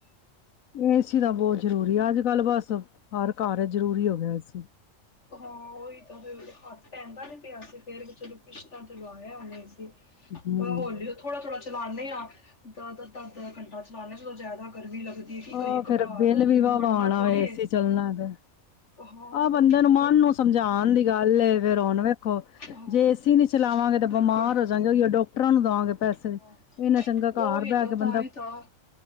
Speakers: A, on the left; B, on the left.
A: ਏ ਸੀ ਤਾਂ ਬਹੁਤ ਜ਼ਰੂਰੀ ਆ ਅੱਜ-ਕੱਲ੍ਹ ਬਸ ਹਰ ਘਰ ਜ਼ਰੂਰੀ ਹੋ ਗਿਆ ਏ ਸੀ
B: ਹਾਂ ਉਹੀ ਤਾਂ ਫਿਰ ਹੱਥ ਪੈਂਦਾ ਨੀ ਪਿਆ ਸੀ ਫੇਰ ਵੀ ਚਲੋ ਕਿਸਤਾ ਤੇ ਲਵਾਇਆ ਹੁਨ ਏ ਸੀ ਏ
A: ਹਮ
B: ਹੋਲੀ ਥੋੜਾ-ਥੋੜਾ ਚਲਾਣੇ ਆਂ ਦ ਦੱਧ ਘੰਟਾ ਚਲਾਨਾਂ ਜਦੋਂ ਜਿਆਦਾ ਗਰਮੀ ਲੱਗਦੀ ਕੀ
A: ਉਹ
B: ਕਰੀਏ ਘਬਰਾਹਟ
A: ਫੇਰ ਬਿੱਲ
B: ਹੁੰਦੀ,
A: ਵੀ ਵਾਵਾ
B: ਮਰਨਾ
A: ਆਉਣਾ
B: ਥੋੜੀ
A: ਹੋਏ ਏਸੀ
B: ਏ
A: ਚੱਲਣਾ ਤੇ
B: ਹਾਂ
A: ਆਹ
B: ਉਹੀ
A: ਬੰਦੇ
B: ਤੇ
A: ਨੂੰ ਮਨ ਨੂੰ ਸਮਝਾਣ ਦੀ ਗੱਲ ਏ ਫੇਰ ਹੁਣ ਵੇਖੋ,
B: ਹਾਂ
A: ਜੇ ਏ ਸੀ ਨੀ ਚਲਾਵਾਂਗੇ ਤਾਂ
B: ਬਿਲਕੁਲ
A: ਬਿਮਾਰ ਹੋ ਜਾਂਗੇ ਉਹੀ ਡਾਕ ਡੋਟਰਾਂ ਨੂੰ ਦਾਂਗੇ ਪੈਸੇ,
B: ਹਾਂ
A: ਇੰਨਾ ਚੰਗਾ ਘਰ
B: ਉਹੀ
A: ਬਹਿ
B: ਤਾਂ
A: ਕੇ
B: ਤਾਂ
A: ਬੰਦਾ
B: ਹੀ ਤਾਂ